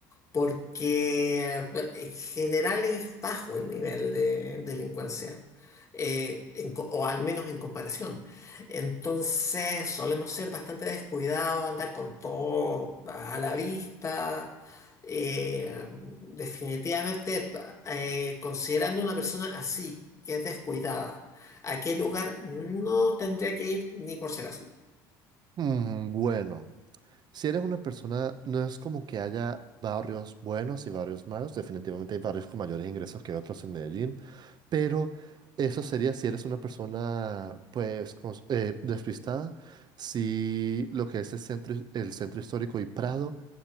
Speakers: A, on the left; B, on the right.
A: porque bueno, en general es bajo el nivel de delincuencia, eh, en co- o al menos en comparación. Entonces solemos ser bastante descuidados, andar con todo a la vista. Eh, definitivamente, eh, considerando una persona así, que es descuidada, ¿a qué lugar no tendría que ir ni por si acaso?
B: Mm, bueno. Si eres una persona, no es como que haya barrios buenos y barrios malos, definitivamente hay barrios con mayores ingresos que otros en Medellín, pero eso sería si eres una persona pues cons- eh, despistada, si lo que es el centro, el centro histórico y Prado